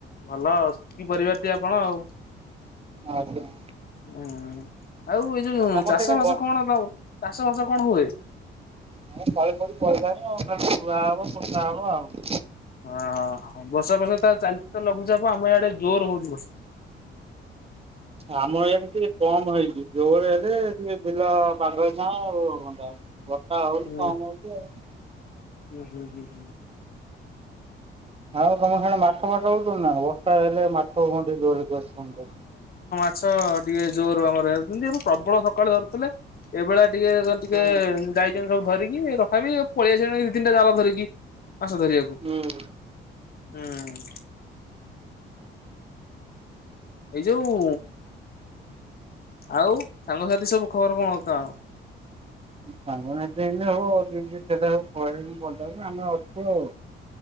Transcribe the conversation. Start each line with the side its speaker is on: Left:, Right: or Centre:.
Left: ଭଲ ସୁଖିପରିବାର ଟେ ଆପଣ ଆଉ।
Right: ଆଜ୍ଞା।
Left: ହୁଁ ଆଉ ଏ ଯୋଉ
Right: ତମ
Left: ଚାଷ
Right: ସେଇଟା
Left: ବାସ
Right: ଗଛ
Left: କଣ ଚାଷ ବାସ କଣ ହୁଏ?
Right: ହୁଁ ତଳି ଫଳି ପଡିଲାଣି ଆଉ ଖାଲି ନୂଆ ହବ ପୋଦା ହବ ଆଉ।
Left: ଓହ ବର୍ଷା ବର୍ଷା ତ ଚାଲି ତ ଲଘୁଚାପ ଆମ ଇଆଡେ ଜୋର ହଉଛି ବର୍ଷା।
Right: ଆମ ଇଆ ଟିକେ କମ ହେଇଛି ଜୋରେ ହେଲେ ଟିକେ ବିଲ ପାଗଳ ଛାଁ ଆଉଣ୍ଡା ବଟା ହଉଛି
Left: ହୁଁ
Right: କମ ହଉଛି ଆଉ।
Left: ହୁଁ ହୁଁ ହୁଁ ହୁଁ?
Right: ଆଉ ତମେ ସେଣ ମାଛ ଫଟ ହଉଛ ନା ବସ୍ା ହେଲେ ମାଛ ଘଣ୍ଡି ଜ କରି
Left: ଆଛ ଟିକେ ଜୋରୁ ଆମର ହେରିଛନ୍ତି ଏ ପ୍ରବଳ ସକାଳୁ ଧରୁଥିଲେ ଏଇଭଳିଆ ଟିକେ ଜ ଟିକେ
Right: ହୁଁ
Left: ଯାଇଛନ୍ତି ସବୁ ଧରିକି ତଥାପି ପଳେଇଆସଛନ୍ତି ଦି ତିିଟା ଜାଲ ଧରିକି ମାସ ଧରିବାକୁ।
Right: ହୁଁ।
Left: ହୁଁ? ଏଇ ଯୋଉ ଆଉ ସାଙ୍ଗସାଥି ସବୁ ଖବର କଣ କ?
Right: ସା ଏତ ହବଉ ଦି ସେଟା ସବୁ କି ଆମେ ଅଛୁ ଆଉ।